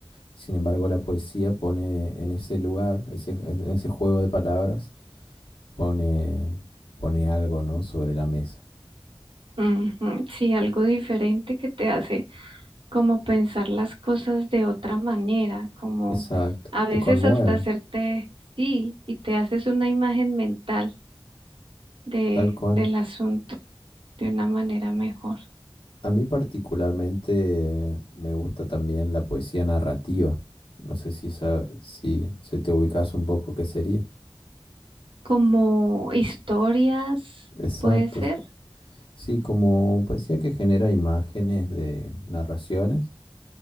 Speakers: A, on the left (about 75°); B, on the right (about 70°).
A: Sin embargo, la poesía pone en ese lugar, ese, en ese juego de palabras, pone, pone algo, ¿no? Sobre la mesa.
B: Ujú, Sí, algo diferente que te hace como pensar las cosas de otra manera, como
A: Exacto.
B: a veces
A: Te conmueve,
B: hasta hacerte sí y te haces una imagen mental de,
A: tal cual.
B: del asunto de una manera mejor.
A: A mí particularmente me gusta también la poesía narrativa. No sé si, sa- si se te ubicas un poco qué sería.
B: Como historias,
A: Exacto.
B: puede ser.
A: s- Sí, como poesía que genera imágenes de narraciones.